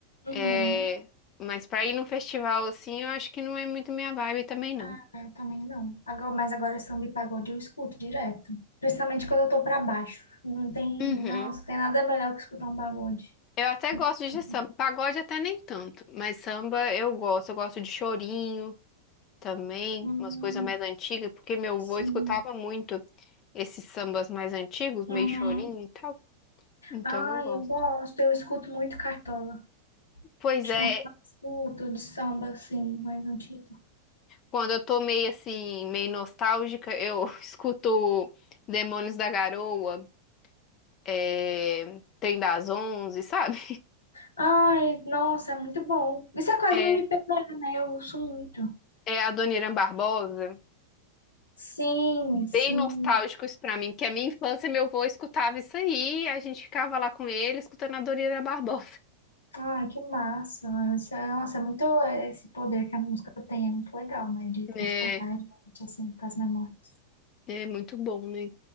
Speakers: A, on the left; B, on the left.
A: Uhum.
B: É, mas pra ir num festival assim, eu acho que não é muito minha vibe também, não.
A: Ah, Eu também não. Agora, mas agora samba e pagode eu escuto direto. Principalmente quando eu tô pra baixo. Não tem,
B: Uhum.
A: nossa, tem nada melhor que escutar um pagode.
B: Eu até gosto
A: Assim,
B: de samba. Pagode até nem tanto, mas samba eu gosto. Eu gosto de chorinho também,
A: hum,
B: umas coisas mais antigas, porque meu
A: sim.
B: avô escutava muito esses sambas mais antigos,
A: Uhum.
B: meio chorinho e tal. Então
A: Ah,
B: eu gosto.
A: eu gosto. Eu escuto muito Cartola.
B: Pois
A: Acho
B: é,
A: que é um que eu mais escuto de samba, assim, mais antigo.
B: quando eu tô meio assim, meio nostálgica, eu <laughs> escuto Demônios da Garoa, é... Trem das Onze, sabe?
A: Ai, nossa, é muito bom. Isso é quase
B: É,
A: um MPB, né? Eu uso muito.
B: é a Dona Irã Barbosa.
A: Sim,
B: bem
A: sim.
B: nostálgicos pra mim, porque a minha infância, meu avô escutava isso aí, a gente ficava lá com ele, escutando a Doriana Barbosa. <laughs>
A: Ai, que massa. Isso é- Nossa, é muito é, esse poder que a música tem, é muito legal, né? De transportar
B: É,
A: a gente, assim, para as memórias.
B: é muito bom, né?